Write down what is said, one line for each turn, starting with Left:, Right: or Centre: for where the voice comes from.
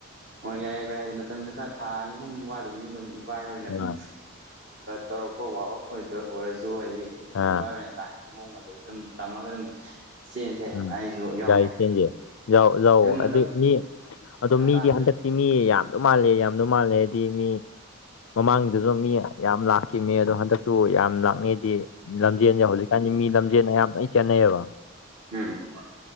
Right: ꯑꯣ ꯌꯥꯏꯌꯦ ꯕꯥꯏ ꯍꯥꯏꯗꯤ ꯃꯇꯝꯁꯨ ꯈꯔ ꯊꯥ ꯑꯅꯤ ꯑꯍꯨꯝ ꯋꯥꯠꯂꯤꯕꯅꯤꯅ ꯑꯗꯨꯝ ꯚꯥꯏ ꯑꯣꯏꯅ ꯑꯗꯨꯝ
Left: ꯑꯥ
Right: ꯇꯧꯔꯛꯄ ꯋꯥꯛꯑꯥꯎꯠ ꯑꯣꯏꯔꯁꯨ ꯍꯥꯏꯗꯤꯏꯕꯥꯏ
Left: ꯑꯥ
Right: <inaudible> ꯇꯥꯒꯤ ꯃꯑꯣꯡ ꯃꯇꯧꯁꯨ ꯑꯗꯨꯝ ꯇꯝꯃꯒ ꯑꯗꯨꯝ ꯆꯦꯟꯁꯦ
Left: ꯎꯝ
Right: ꯑꯩꯁꯨ ꯌꯥꯎꯒꯦ
Left: ꯌꯥꯏ ꯆꯦꯟꯁꯦ ꯌꯥꯎ ꯌꯥꯎꯑꯣ
Right: ꯑꯗꯨꯝ ꯃꯇꯝ
Left: ꯑꯗꯩ ꯃꯤ ꯑꯗꯣ ꯃꯤꯗꯤ
Right: ꯀꯥꯟꯗꯦ
Left: ꯍꯟꯗꯛꯇꯤ ꯃꯤ ꯌꯥꯝꯗꯧ ꯃꯥꯜꯂꯦ ꯌꯥꯝꯗꯧ ꯃꯥꯜꯂꯦ ꯍꯥꯏꯗꯤ ꯃꯤ ꯃꯃꯥꯡꯒꯤꯗꯖꯨ ꯃꯤ ꯌꯥꯝ ꯂꯥꯛꯈꯤꯃꯦ ꯑꯗꯣ ꯍꯟꯗꯛꯁꯨ ꯌꯥꯝ ꯂꯥꯛꯅꯦꯗꯤ ꯂꯝꯖꯦꯟꯖꯦ ꯍꯧꯖꯤꯛꯀꯥꯟꯗꯤ ꯃꯤ ꯂꯝꯖꯦꯟ ꯑꯌꯥꯝ ꯂꯣꯏ ꯆꯦꯟꯅꯩꯌꯦꯕ
Right: ꯎꯝ